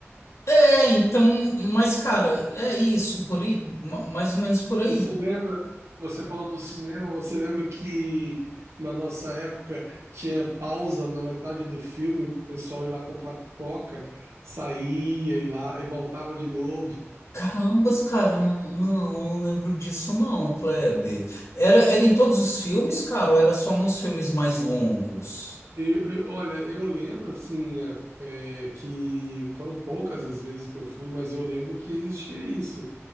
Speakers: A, on the left (about 80°); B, on the right (about 80°).
A: É, então, mas cara, é isso, por aí, ma- mais ou menos por aí.
B: Você lembra? Você falou do cinema, você lembra que na nossa época tinha pausa na metade do filme pro pessoal ir lá comprar pipoca, saía e lá e voltava de novo.
A: Carambas, cara, não, não não lembro disso não, Kleber. Era, era em todos os filmes, cara, ou era só nos filmes mais longos?
B: Eu, eu- olha, eu lembro assim a- é, que foram poucas as vezes que eu fui, mas eu lembro que existia isso.